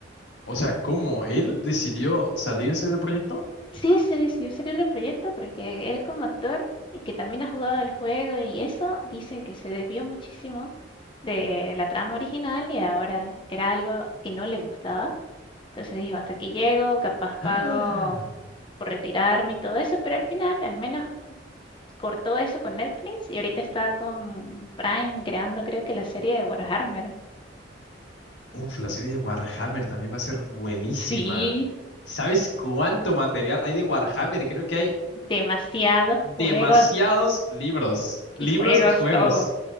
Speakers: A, on the left (about 85°); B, on the left (about 30°).
A: O sea, ¿cómo él decidió salirse del proyecto?
B: Sí, se decidió salir del proyecto porque él como actor, y que también ha jugado el juego y eso, dice que se desvió muchísimo de la trama original y ahora era algo que no le gustaba Entonces dijo, hasta aquí llego, capaz pago
A: ¡Ah!
B: por retirarme y todo eso, pero al final al menos cortó eso con Netflix y ahorita está con Prime creando creo que la serie de Warhammer.
A: Uf, la serie de Warhammer también va a ser buenísima.
B: <laughs> Sí,
A: ¿Sabes cuánto material hay de Warhammer? Creo que hay
B: demasiados
A: demasiados
B: juegos
A: libros,
B: y
A: libros
B: juegos
A: y juegos.
B: todo.